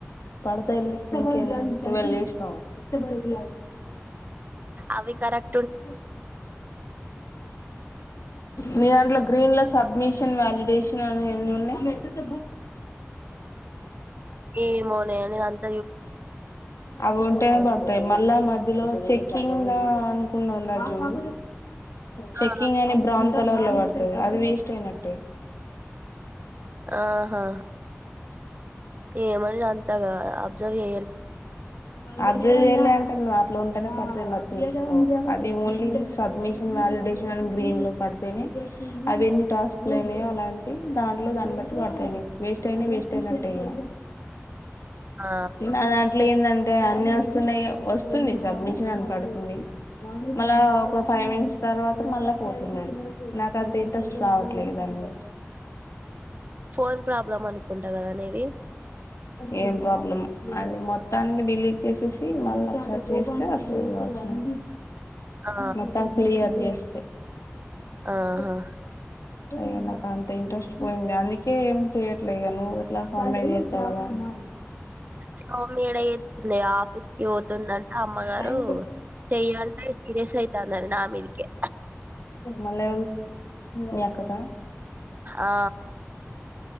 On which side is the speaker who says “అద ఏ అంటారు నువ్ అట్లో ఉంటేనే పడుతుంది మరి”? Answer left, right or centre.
Left